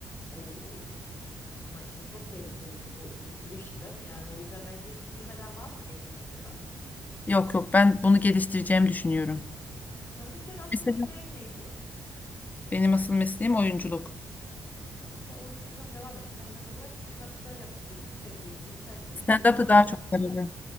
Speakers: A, on the left (about 40°); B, on the left (about 25°).
A: Oo. Ama işte çok tehlikeli bu soğuk espri işi değil mi? Yani o yüzden bence hiç girmeden vaz mı geçsen acaba?
B: Yok yok ben bunu geliştireceğimi düşünüyorum.
A: Songül senin asıl
B: Mesela
A: mesleğin neydi?
B: benim asıl mesleğim oyunculuk.
A: Tamam sen oyunculuktan devam et. Stand-up'ı bırak stand-upçılar yapsın. Gözünü sevdiğim lütfen ya.
B: Stand-up'ta
A: Bunlarla
B: daha çok tabii.